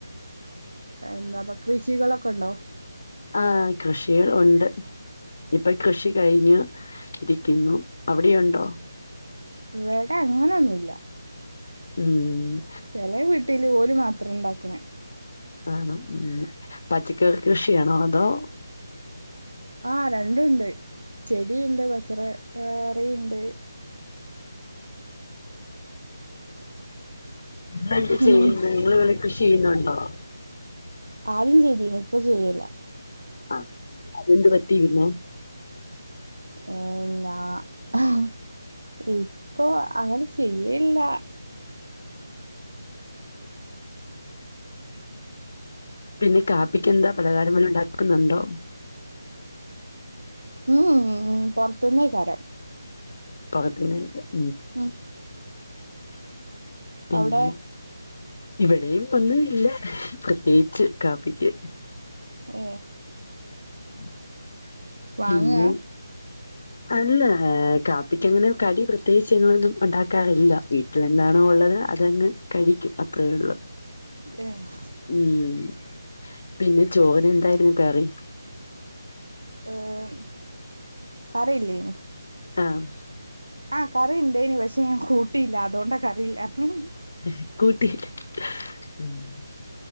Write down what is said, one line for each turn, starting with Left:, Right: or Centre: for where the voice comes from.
Right: എന്താപ്പ, കൃഷികളൊക്കെ ഉണ്ടോ?
Left: ആ, കൃഷികൾ ഉണ്ട്. ഇപ്പ കൃഷി കഴിഞ്ഞ് ഇരിക്കുന്നു അവിടെയുണ്ടോ?
Right: ഇവേടെ അങ്ങനെന്നുല്ല.
Left: ഉം
Right: ചെലെ വീട്ട്ല് ഓല് മാത്രംണ്ടാക്ക്ണെ.
Left: ആണോ ഉം പച്ചക്കറി കൃഷിയാണോ അതോ
Right: ആ രണ്ടുണ്ട് ചെടിണ്ട് പച്ചറ കറിണ്ട്.
Left: നിങ്ങളെന്താചെയ്യുന്നെ
Right: ഉം
Left: നിങ്ങള് വല്ലകൃഷി ചെയ്യുന്നുണ്ടോ?
Right: ആദ്യം ചെയ്തീനു ഇപ്പൊ ചെയ്യല്ല.
Left: ആ അതെന്ത് പറ്റി പിന്നെ?
Right: ഏ ഞാ ഹ് ഇപ്പൊ അങ്ങനെ ചെയ്യല്ല.
Left: പിന്നെ കാപ്പിക്ക് എന്താ പലഹാരം വല്ലോം ണ്ടാക്കുന്നുണ്ടോ?
Right: ഉം ഉം ഉം ഉം പൊർത്ത്ന്നേക്കാരം.
Left: <unintelligible>
Right: ഉം
Left: പിന്നെ
Right: അവിടെ
Left: ഇവിടെയും ഒന്നും ഇല്ല പ്രത്യേകിച്ച് കാപ്പിക്ക്.
Right: ഏ
Left: <inaudible>
Right: വാങ്ങ്
Left: പിന്നെ
Right: ആ
Left: അല്ല കാപ്പിക്ക് അങ്ങനെ കടി പ്രത്യേകിച്ച്ഞങ്ങളൊന്നും ഉണ്ടാക്കാറില്ല വീ ട്ടിലെന്താണോ ഉള്ളത് അതങ്ങ് കഴിക്കും അത്രേ ഉള്ള്.
Right: ഏഹ്
Left: ഉം പിന്നെ ചോര് എന്തായിരുന്നു കറി?
Right: ഏമ് കറില്ലേയ്ന്.
Left: ആഹ്
Right: ആ കറിയിണ്ടേയ്നി പക്ഷെ ഞാൻ കൂട്ടിയില്ല അതുകൊണ്ടാ കറിയില്ലാർഞ് ഹ് ഹ്
Left: <unintelligible>